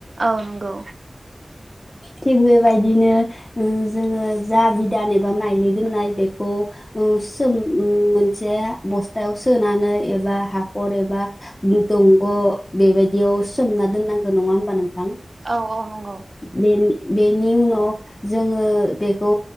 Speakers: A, on the right; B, on the left.
A: औ नंगौ
B: थिग बेबायदिनो जोङो जा बिदान एबा माइलि दोननाय बेखौ उम सोम उम मोनसे बस्थायाव सोनानै एबा हाखर एबा दंग बेबायदियाव सोमना दोननांगौ नङा होमबा नोंथां?
A: औ औ नंगौ
B: बे बेनि उनाव जोङो बेखौ